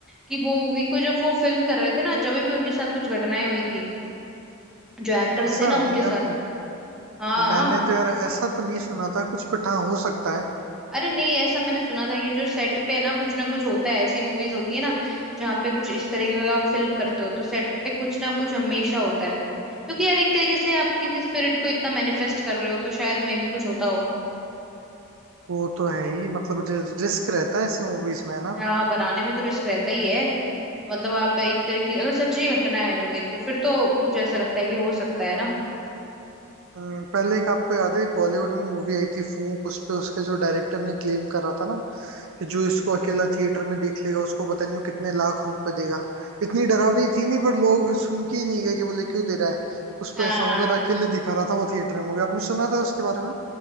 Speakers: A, in the centre; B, on the right.
A: कि वो मूवी को जब वो फिल्म कर रहे थे ना जब भी उनके साथ कुछ घटनाएं हुई थी जो एक्टर्स
B: ऐसा
A: थे ना उनके
B: नहीं यार
A: साथ हाँ
B: मैंने तो यार ऐसा तो नहीं सुना था कुछ बट हाँ हो सकता है
A: अरे नहीं ऐसा मैंने सुना था कि जो सेट पे ना कुछ ना कुछ होता है ऐसी मूवीज होती है ना जहाँ पे कुछ इस तरीके का आप फिल्म करते हो तो सेट पे कुछ ना कुछ हमेशा होता है क्योंकि यार एक तरीके से आप किसी स्पिरिट को इतना मैनिफेस्ट कर रहे हो तो शायद मे भी कुछ होता हो
B: वो तो है ही मतलब रिस्क रहता है ऐसी मूवीज में है ना
A: हाँ बनाने में तो रिस्क रहता ही है मतलब आप एक तरह की अगर सच्ची घटना है तो देख तो फिर तो मुझे ऐसा लगता है कि हो सकता है ना
B: अ, पहले एक आपको याद है एक बॉलीवुड में मूवी आई थी फूंक उस पे उसके जो डायरेक्टर ने क्लेम करा था ना कि जो इसको अकेला थिएटर में देख लेगा उसको पता नहीं वो कितने लाख रुपए देगा इतनी डरावनी थी नहीं पर लोग सुन के ही नहीं गए कि बोले क्यों दे रहा है कुछ
A: हाँ
B: तो ऐसा होगा और अकेले दिखा रहा था वो थिएटर में मूवी आपने सुना था उसके बारे में